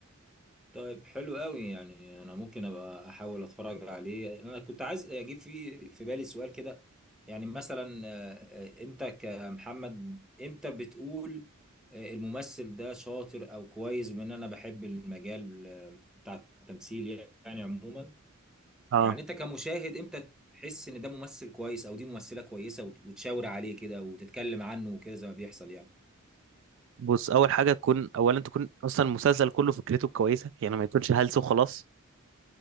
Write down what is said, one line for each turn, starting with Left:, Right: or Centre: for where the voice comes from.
Centre: طيب حلو قوي يعني انا ممكن ابقى احاول اتفرج عليه انا كنت عايز اجيب في في بالي سؤال كده يعني مثلا آه، آه، انت كمحمد امتى بتقول آه، الممثل ده شاطر او كويس بما ان انا بحب المجال آه، بتاع التمثيل يعني عموما
Right: اه
Centre: يعني انت كمشاهد امتى تحس ان ده ممثل كويس او دي ممثلة كويسة وت- وتشاور عليه كده وتتكلم عنه وكده زي ما بيحصل يعني
Right: بص اول حاجه تكون اولا تكون اصلا المسلسل كله فكرته كويسه يعني ما يكونش هلس وخلاص